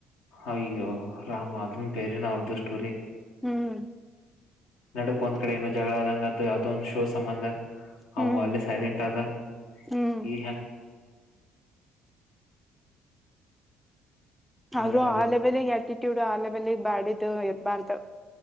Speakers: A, on the left; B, in the centre.
A: ಅಯ್ಯೋ ರಾಮ ಅದನ್ ಬೇರೆೇನ ಅವರ್ದುು ಸ್ಟೋರಿ
B: ಹ್ಮ್
A: ನಡಕ್ ಒಂದ್ ಕಡೆ ಏನೋ ಜಗಳ ಆದಂಗ ಅದು ಯಾವ್ದದ ಒಂದು್ ಶೋ ಸಂಬಂಧ ಅವ
B: ಹ್ಮ್
A: ಅಳ್ಳೆ ಸೈಲೆಂಟ್ ಆದದ
B: ಹ್ಮ್
A: ಈ ಹೆಂಗ
B: ಅವ್ರು ಆ ಲೆಬಲ್ ಆಟಿಟ್ಯೂಡ್ ಆ ಲೆವೆಲ್ಗ್ ಬಾಡದುು ಇರಬಾರ್ದು